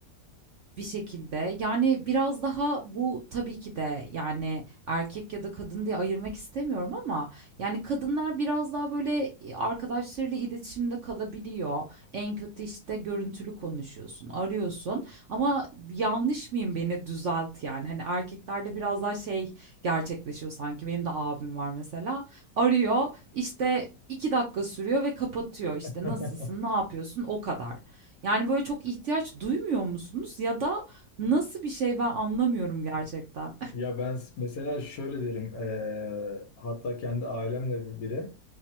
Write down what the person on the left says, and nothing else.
<laughs>
Ya ben s- mesela şöyle derim, eee, hatta kendi ailemle bile